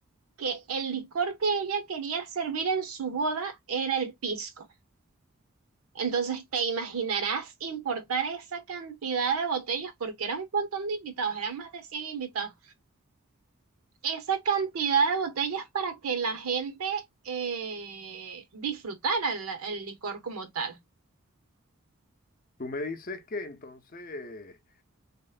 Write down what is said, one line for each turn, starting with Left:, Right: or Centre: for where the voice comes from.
Right: que el licor que ella quería servir en su boda era el pisco. Entonces te imaginarás importar esa cantidad de botellas porque era un montón de invitados, eran más de 100 invitados. esa cantidad de botellas para que la gente eh, disfrutara el, el licor como tal.
Left: Tú me dices que entonces,